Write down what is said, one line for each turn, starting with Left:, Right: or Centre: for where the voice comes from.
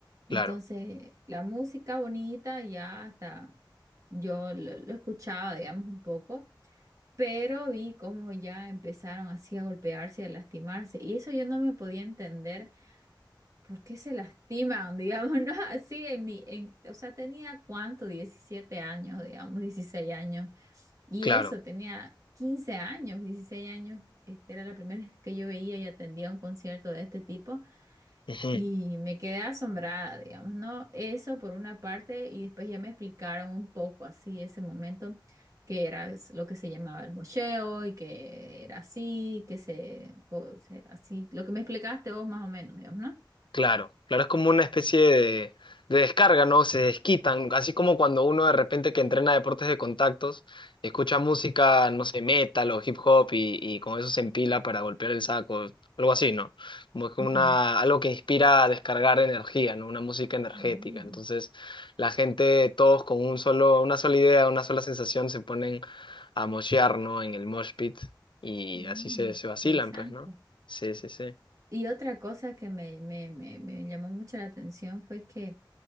Right: Entonces,
Left: claro,
Right: la música bonita ya hasta yo lo, lo escuchaba, digamos, un poco, pero vi cómo ya empezaron así a golpearse y a lastimarse. Y eso yo no me podía entender por qué se lastiman, <laughs> digamos, ¿no? Así en mi, en, o sea, tenía cuánto, 17 años, digamos, 16 años. Y
Left: claro.
Right: eso, tenía 15 años, 16 años. Este era la primera vez que yo veía y atendía un concierto de este tipo
Left: ujú.
Right: y me quedé asombrada, digamos, ¿no? Eso por una parte y después ya me explicaron un poco así ese momento que era es- lo que se llamaba el mocheo y que era así, que se, co- se- así, lo que me explicaste vos más o menos, digamos, no
Left: Claro, claro, es como una especie de, de descarga, ¿no? Se desquitan, así como cuando uno de repente que entrena deportes de contactos, escucha música, no sé, metal o hip hop y, y con eso se empila para golpear el saco, algo así, ¿no? Como que
Right: Ujú.
Left: una, algo que inspira a descargar energía, ¿no? Una música energética.
Right: Mm,
Left: Entonces, la gente, todos con un solo, una sola idea, una sola sensación, se ponen a moshear, ¿no? En el mosh pit y
Right: mm,
Left: así se, se vacilan,
Right: interesante.
Left: pues, ¿no? Sí, sí, sí.
Right: Y otra cosa que me, me, me, me llamó mucho la atención fue que